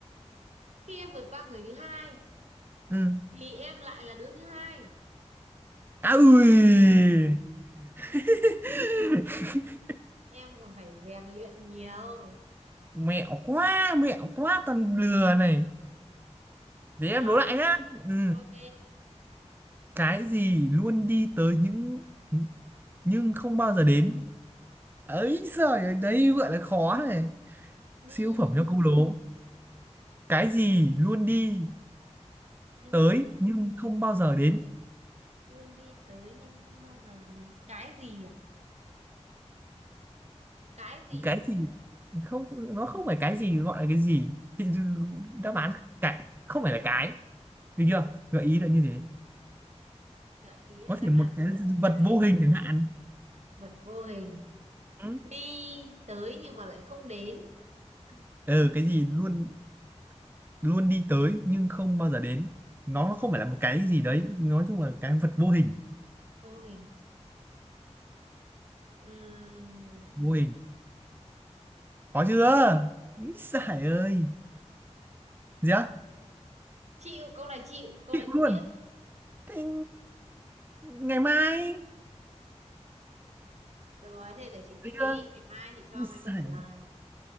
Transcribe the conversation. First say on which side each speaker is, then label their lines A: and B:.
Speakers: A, on the right; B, on the right.
A: khi em vượt qua người thứ hai
B: ừ
A: thì em lại là đứa thứ hai
B: à ui <laughs>
A: em còn phải rèn luyện nhiều
B: mẹo quá mẹo quá toàn lừa này để
A: đúng
B: em
A: không
B: đố lại nhá ừ.
A: ok
B: cái gì luôn đi tới những ừ, nhưng không bao giờ đến ấy giời ơi đây gọi là khó này
A: đi
B: siêu phẩm
A: nhưng
B: cho
A: mà
B: câu
A: không
B: đố
A: đến
B: cái gì luôn đi
A: nhưng
B: tới
A: không bao
B: nhưng không bao giờ đến
A: luôn đi tới nhưng không bao giờ đến cái gì à cái gì
B: cái
A: à
B: gì không nó không phải cái gì gọi là cái gì thì đáp án cái không phải là cái được chưa gợi ý là như thế
A: gợi ý là
B: có
A: đáp
B: thể một
A: án
B: cái
A: không phải là cái
B: vật vô hình chẳng hạn
A: vật vô hình
B: ừ.
A: đi tới nhưng mà lại không đến à,
B: ừ cái gì luôn luôn đi tới nhưng không bao giờ đến nó không phải là một cái gì đấy nói chung là cái vật vô hình
A: vô hình Ừm,
B: vô hình khó chưa Ý giải ơi gì á
A: chịu câu này chịu câu
B: chịu
A: này không
B: luôn
A: biết
B: thế ngày mai
A: được rồi thế để chị suy
B: được
A: nghĩ
B: chưa
A: ngày mai chị cho
B: Ui giời.
A: mày câu trả lời